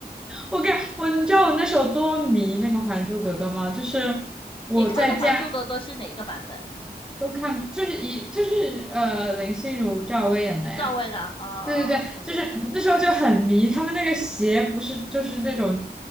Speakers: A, in the centre; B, on the left.
A: 我跟我，你知道我那时候多迷那个《还珠格格》吗？就是我在家
B: 你看的《还珠格格》是哪一个版本？
A: 都看，就是一就是呃林心如、赵薇演的呀。
B: 赵薇的？哦哦哦，
A: 对对对，
B: 对对对，
A: 就是那时候就很迷，他们那个鞋不是就是那种